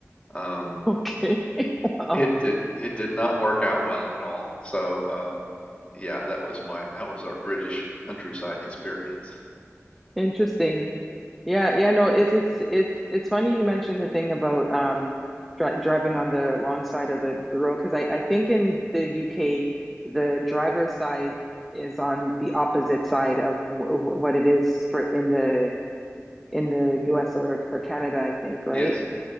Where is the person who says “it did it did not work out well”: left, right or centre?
Left